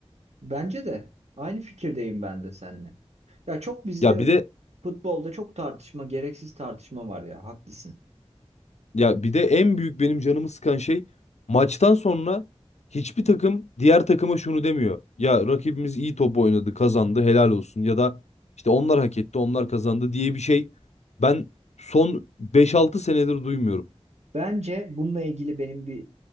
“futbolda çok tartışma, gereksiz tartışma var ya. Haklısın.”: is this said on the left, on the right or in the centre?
Right